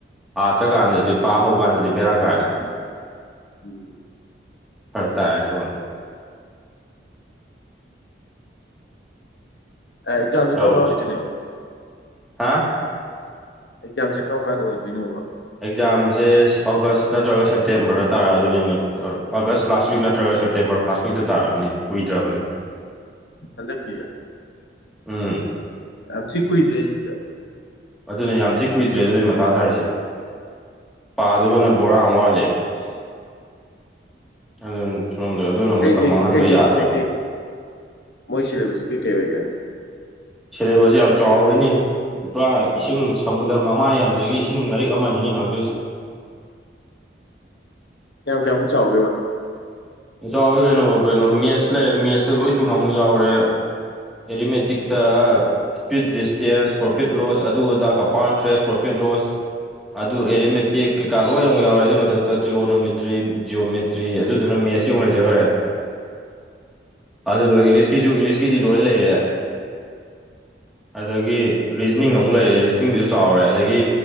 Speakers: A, in the centre; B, on the left.
A: ꯑꯥ ꯆꯠꯀꯥꯟꯗꯗꯤ ꯄꯥ ꯍꯧꯀꯥꯟꯗꯗꯤ ꯕꯦꯔꯥ ꯀꯥꯏꯔꯦꯕ
B: ꯎꯝ
A: ꯐꯔꯛ ꯇꯥꯏꯔꯦ ꯑꯣꯟꯊꯣꯛꯅ
B: ꯑꯦ ꯑꯦꯛꯖꯥꯝꯖꯨ
A: ꯇꯧꯔꯤꯁꯦ
B: ꯀꯔꯝ ꯀꯥꯟ ꯑꯣꯏꯗꯣꯏꯅꯣ
A: ꯍꯥ
B: ꯑꯦꯛꯖꯥꯝꯖꯦ ꯀꯔꯝ ꯀꯥꯟ ꯑꯣꯏꯗꯨꯏꯅꯣꯕ
A: ꯑꯦꯛꯖꯥꯝꯖꯦ ꯑꯥꯒꯁ ꯅꯠꯇ꯭ꯔꯒ ꯁꯦꯞꯇꯦꯝꯕꯔꯗ ꯇꯥꯗꯣꯏꯅꯤꯅꯦ ꯑꯥꯒꯁ ꯂꯥꯁ ꯋꯤꯛ ꯅꯠꯇ꯭ꯔꯒ ꯁꯦꯞꯇꯦꯝꯕꯔ ꯐꯥꯁ ꯋꯥꯛꯇ ꯇꯥꯔꯛꯑꯅꯤ ꯀꯨꯏꯗ꯭ꯔꯥꯕꯅꯤ
B: ꯍꯟꯗꯛꯀꯤꯖꯦ
A: ꯎꯝ
B: ꯌꯥꯝ ꯊꯤ ꯀꯨꯏꯗ꯭ꯔꯦꯅꯦ ꯑꯗꯨꯗꯤ
A: ꯑꯗꯨꯅꯦ ꯌꯥꯝ ꯊꯤ ꯀꯨꯏꯗ꯭ꯔꯦ ꯑꯗꯨꯏꯅꯦ ꯃꯊꯥ ꯁꯥꯏꯁꯦ ꯄꯥꯗꯧꯕꯅ ꯕꯣꯔꯥ ꯑꯝ ꯋꯥꯠꯂꯤ
B: <inaudible>
A: ꯑꯗꯨꯅꯤ ꯁꯣꯝꯗ ꯑꯗꯨꯅ
B: ꯀꯩ
A: ꯃꯇꯝ
B: ꯀꯩ
A: ꯃꯥꯡꯍꯟꯕ
B: ꯀꯩ ꯀꯩ
A: ꯌꯥꯗ꯭ꯔꯥꯕꯅꯤ
B: ꯀꯩ ꯀꯩ ꯃꯣꯏ ꯁꯤꯂꯦꯕꯁꯇꯤ ꯀꯩ ꯑꯣꯏꯒꯦ
A: ꯁꯤꯂꯦꯕꯁꯁꯤ ꯌꯥꯝ ꯆꯥꯎꯋꯤꯅꯤ ꯄꯨꯔꯥ ꯏꯁꯤꯡ ꯁꯃꯨꯗ꯭ꯔꯥ ꯃꯃꯥꯏ ꯑꯃꯗꯒꯤ ꯏꯁꯤꯡ ꯃꯔꯤꯛ ꯑꯃꯅꯤꯅꯦ ꯍꯪꯉꯛꯇꯣꯏꯁꯤ
B: ꯀꯌꯥꯝ -ꯀꯌꯥꯝꯃꯨꯛ ꯆꯥꯎꯒꯦꯕ
A: ꯆꯥꯎꯋꯦ ꯀꯩꯅꯣ ꯀꯩꯅꯣ ꯃꯦꯠꯁ ꯂꯩꯔꯦ ꯃꯦꯠꯁꯇ ꯂꯣꯏ ꯁꯨꯅ ꯑꯃꯨꯛ ꯌꯥꯎꯔꯦ ꯑꯦꯔꯤꯃꯦꯠ ꯇꯤꯛꯇ
B: ꯎꯝ
A: ꯏꯁꯄꯤꯠ ꯗꯤꯁꯇꯦꯟꯁ ꯄ꯭ꯔꯣꯐꯤꯠ ꯂꯣꯁ ꯑꯗꯨ ꯑꯗꯥ ꯀꯝꯄꯥꯎꯟ ꯏꯟꯇ꯭ꯔꯦꯁ ꯄ꯭ꯔꯣꯐꯤꯠ ꯂꯣꯁ ꯑꯗꯨ ꯑꯦꯔꯤ ꯃꯦꯇꯤꯛ
B: ꯎꯝ
A: ꯀꯩꯀꯥ ꯂꯣꯏ ꯑꯃꯨꯛ ꯌꯥꯎꯔꯦ ꯑꯗꯨꯏ ꯃꯊꯛꯇ ꯇ꯭ꯔꯤꯒꯣꯅꯣꯃꯦꯇ꯭ꯔꯤ ꯖꯤꯑꯣꯃꯦꯇ꯭ꯔꯤ ꯑꯗꯨꯗꯨꯅ ꯃꯦꯁ ꯀꯤ ꯃꯨꯛ ꯂꯩꯖꯥꯒ꯭ꯔꯦ ꯑꯗꯨ ꯂꯣꯏꯔꯥ ꯏꯪꯂꯤꯁ ꯀꯤꯖꯨ ꯏꯪꯂꯤꯁꯀꯤꯗꯤ ꯂꯣꯏ ꯂꯩꯔꯦ ꯑꯗꯥꯒꯤ ꯔꯤꯖꯅꯤꯡ ꯑꯃꯨꯛ ꯂꯩꯔꯦ ꯔꯤꯖꯅꯤꯡꯖꯨ ꯆꯥꯎꯔꯦ ꯑꯗꯒꯤ